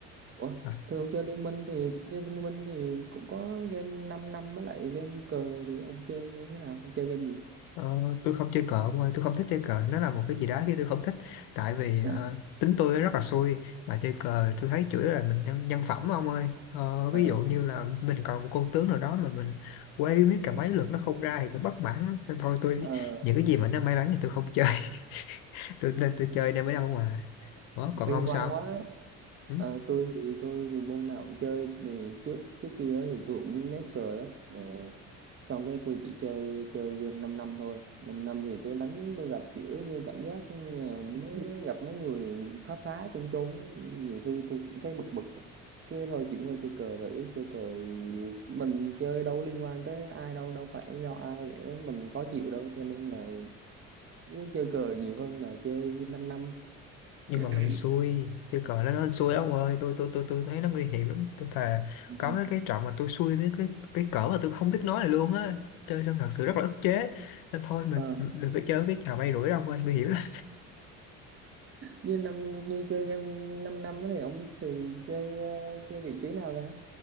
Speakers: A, on the right; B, on the left.
A: Ủa,
B: Ờ.
A: thường chơi Liên Minh thì Liên Liên Minh thì cũng có game 5 năm năm với lại game cờ thì ông chơi như thế nào ông chơi game gì
B: Ờ, tôi không chơi cờ ông ơi, tôi không thích chơi cờ, nó là một cái gì đó cái tôi không thích tại vì
A: <laughs>
B: ờ, tính tôi rất là xui mà chơi cờ tôi thấy chủ yếu là mình nhân, nhân phẩm ông ơi. Ờ, ví
A: Ờ,
B: dụ như là mình còn một con tướng nào đó mà mình quay biết cả mấy lượt nó không ra thì cũng bất mãn lắm. nên thôi tôi
A: ờ,
B: những cái gì mà nó may mắn thì tôi không chơi. <laughs> Tôi nên tôi chơi nên mới đâu mà. Ủa, còn
A: bi
B: ông
A: quan
B: sao?
A: quá
B: Ừ?
A: Ờ, tôi thì tôi thì môn nào cũng chơi thì trước trước kia á thì tôi cũng ngán cờ lắm mà xong cái tôi chỉ chơi chơi game 5 năm năm thôi 5 năm năm thì tôi đánh tôi gặp kiểu như cảm giác như là mới gặp mấy người phá phá chôn chôn á. nhiều khi tôi cũng thấy bực bực cái thôi chuyển qua chơi cờ thử chơi cờ thì mình chơi đâu liên quan tới ai đâu đâu phải do ai để mình khó chịu đâu cho nên là cứ chơi cờ nhiều hơn là chơi 5 năm
B: nhưng
A: <coughs>
B: mà mình xui chơi cờ nó nó xui ông ơi tôi tôi tôi tôi thấy nó nguy hiểm lắm tôi thề
A: năm.
B: có mấy cái trận mà tôi xui cái cái cái cỡ mà tôi không biết nói này luôn á chơi xong thật sự rất là ức chế nên thôi mình
A: ờ
B: đừng có chơi cái trò bay rủi đâu ông ơi nguy hiểm lắm
A: như năm như chơi game 5 năm năm á thì ông thường chơi ờ, chơi vị trí nào ta